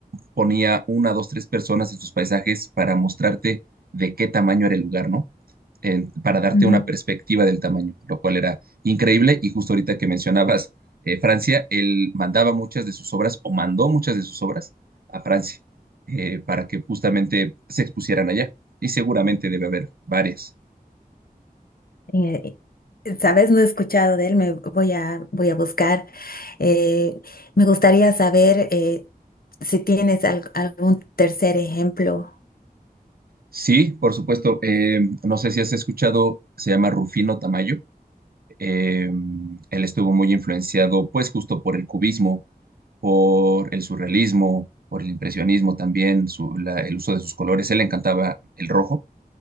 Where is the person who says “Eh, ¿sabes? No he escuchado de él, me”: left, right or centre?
Left